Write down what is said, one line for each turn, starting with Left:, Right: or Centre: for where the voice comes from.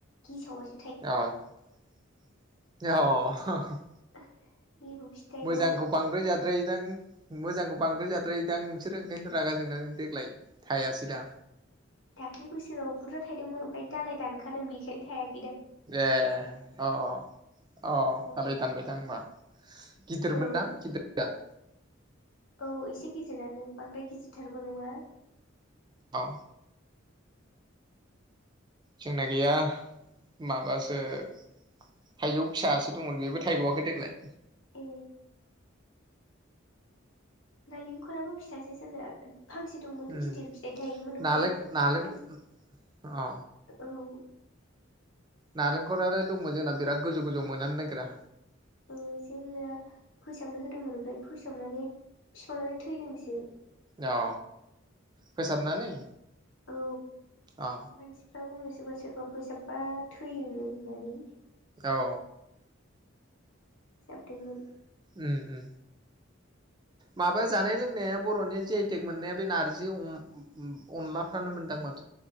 Left: गेसावास
Right: अह अह। अहह।
Left: <inaudible> फिथाइ
Right: मोजांखौ
Left: दं
Right: बांद्राय जाद्रायोदां। मोजांखौ बांद्राय जाद्रायोदां। नोंसोर ओंखायनोथ रागाजोंनानै देग्लाय। थायासै दा।
Left: दाखलि बोसोराव बुरजा थायदोंमोन ओमफ्राय दालाय दानखादों बेखायनो थायाखै।
Right: ए अह अह अह अह
Left: औ
Right: दालाय दानबायदां ओमबा गिदिरमोनदां
Left: औ
Right: गिदिरजाद।
Left: औ एसे गिदिरानो बांद्राय गिदिर बिथारबोनङा।
Right: अ जोंना गैया माबासो थाइजौ फिसासो दंमोन बेबो थायबावाखै देग्लाय।
Left: ए नालेंखराबो फिसासो जोनो। फांसे दंमोन
Right: उम
Left: गिदिर फिथाइ थायोमोन ओमफ्राय
Right: नालें नालेंखर
Left: फोस
Right: अ
Left: औ।
Right: नालेंखरार' दंमोन जोंना बिराद गोजौ - गोजौ मोनानो नागिरा।
Left: ओ जोंना फोसाबनो होदोंमोन ओमफाय फोसाबनानै बिफाङानो थैदोंसो।
Right: अ फोसाबनानै?
Left: औ
Right: अ
Left: मानसिफ्रा बुङो सोरबा सोरबा। फोसाबा थैयोनो होननानै।
Right: औ।
Left: फोसाबदोंमोन
Right: उ उ। माबा जानाय लोंनाया बर'नि जे आइ टेक मोननाया बे नारजि अम ओ अनलाफ्रानो मोनदां मोन।